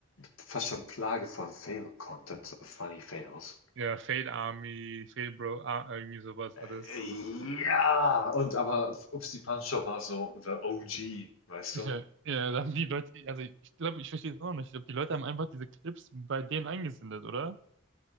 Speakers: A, on the left (about 80°); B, on the right (about 65°).
A: fast schon Plage von Fail-Content, so Funny Fails.
B: Ja, Fail Army, Fail Bro, Ar- irgendwie sowas
A: Äh,
B: alles.
A: Ja, und aber Upsi Pancho war so the OG, weißt
B: Ja,
A: du?
B: ja, da haben die Leute, also ich glaube, ich verstehe es auch nicht. Ich glaube, die Leute haben einfach diese Clips bei denen eingesendet, oder?